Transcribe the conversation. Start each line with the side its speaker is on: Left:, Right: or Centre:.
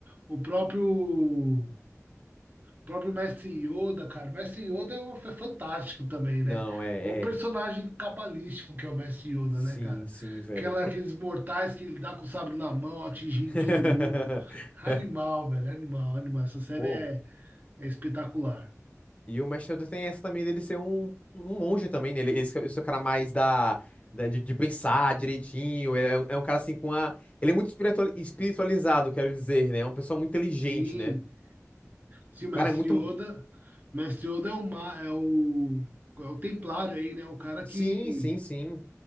Right: O próprio, próprio Mestre Yoda, cara. O Mestre Yoda é, um- é fantástico também, né?
Left: não, é,
Right: O personagem
Left: é.
Right: cabalístico que é o Mestre Yoda,
Left: Sim,
Right: né, cara?
Left: sim, velho.
Right: Aquela, aqueles mortais que ele dá com o sabre na mão, atingindo
Left: <laughs>
Right: todo mundo. Animal, velho, animal, animal. Essa série
Left: Pô.
Right: é, é espetacular.
Left: E o Mash Elder tem essa também dele ser um, um monge também, né? Ele, esse, esse é o cara mais da, da- de, de pensar direitinho. É, é um- é um cara assim com a. Ele é muito espiritual espiritualizado, quero dizer, né? É uma pessoa muito inteligente,
Right: Sim.
Left: né?
Right: se o Mestre
Left: Cara, é muito.
Right: Yoda. O Mestre Yoda é o, ma- é o, é o Templário aí, né? O cara
Left: Sim,
Right: que,
Left: sim, sim.